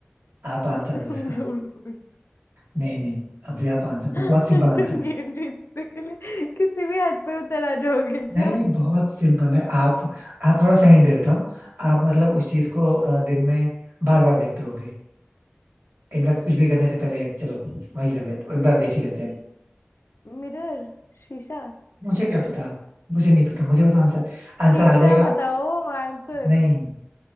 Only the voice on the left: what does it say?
<laughs>
तुम
झूठ बोल
<laughs>
तुम
गेम जीतने के लिए किसी भी हद पे उतर आ जाओगे क्या
मिरर शीशा
शीशा
बताओ आंसर